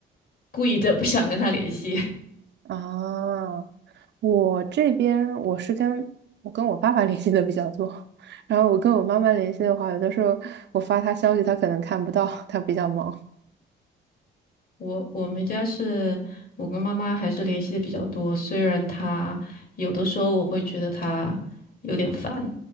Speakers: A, on the left (about 50°); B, on the right (about 60°).
A: 故意的 <laughs> 不想跟他联系。<laughs>
B: 啊，我这边我是跟我跟我爸爸 <laughs> 联系的比较多，<laughs> 然后我跟我妈妈联系的话，有的时候我发她消息，她可能看不到，她比较忙。
A: 我我们家是我跟妈妈还是联系的比较多，虽然她有的时候我会觉得她有点烦，